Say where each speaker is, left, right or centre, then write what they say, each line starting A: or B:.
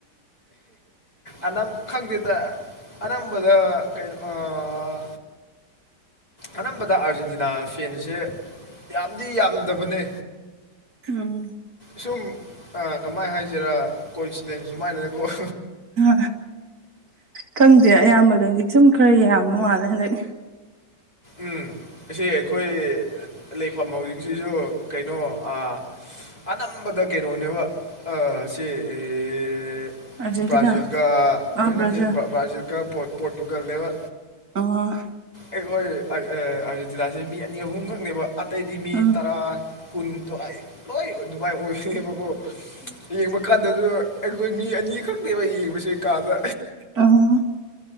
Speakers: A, on the left (about 20°); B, on the right (about 60°).
A: ꯑꯅꯝ ꯈꯪꯗꯦꯗ ꯑꯅꯝꯕꯗ ꯀꯩꯅꯣ ꯑꯥ ꯑꯅꯝꯕꯗ ꯑꯥꯔꯖꯦꯟꯇꯤꯅꯥ ꯐꯦꯟꯁꯦ ꯌꯥꯝꯗꯤ ꯌꯥꯝꯗꯕꯅꯦ
B: ꯑꯣ
A: ꯁꯨꯝ ꯑꯥ ꯀꯃꯥꯏꯅ ꯍꯥꯏꯁꯤꯔꯥ ꯀꯣꯏ ꯏꯟꯁꯤꯗꯦꯟ ꯁꯨꯃꯥꯏꯅꯀꯣ
B: ꯑ ꯈꯪꯗꯦ ꯑꯌꯥꯝꯕꯗꯗꯤ ꯁꯨꯝ ꯈꯔ ꯌꯥꯝꯕ ꯃꯥꯜꯂꯦ ꯍꯟꯗꯛ
A: ꯎꯝ ꯑꯁꯤ ꯑꯩꯈꯣꯏ ꯂꯩꯐꯝ ꯍꯧꯖꯤꯛꯁꯤꯁꯨ ꯀꯩꯅꯣ ꯑꯥ ꯑꯅꯝꯕꯗ ꯀꯩꯅꯣꯅꯦꯕ ꯑꯥ ꯁꯤ ꯑꯦ
B: ꯑꯥꯔꯖꯦꯟꯇꯤꯅꯥ
A: ꯕ꯭ꯔꯥꯖꯤꯜꯒ ꯑꯗꯨ
B: ꯑ ꯕ꯭ꯔꯖꯔ
A: ꯅꯠꯇꯦ ꯕ꯭ꯔꯥꯖꯤꯜꯒ ꯄꯣꯔꯇꯨꯒꯜꯅꯦꯕ
B: ꯑꯣ
A: ꯑꯩ ꯍꯣꯏ ꯑꯔꯖꯤꯟꯇꯤꯅꯁꯦ ꯃꯤ ꯑꯅꯤ ꯑꯍꯨꯝꯈꯛꯅꯦꯕ ꯑꯇꯩꯗꯤ ꯃꯤ
B: ꯑ
A: ꯇꯔꯥ ꯀꯨꯟ ꯂ‌ꯣꯏ ꯂ‌ꯣꯏ ꯑꯗꯨꯃꯥꯏꯅ ꯑꯣꯏꯕꯅꯦꯕꯀꯣ ꯌꯦꯡꯕ ꯀꯥꯟꯗꯁꯨ ꯑꯩꯈꯣꯏ ꯃꯤ ꯑꯅꯤ ꯈꯪꯅ‌ꯦꯕ ꯌꯦꯡꯕꯁꯦ ꯀꯥꯗ
B: ꯑꯣ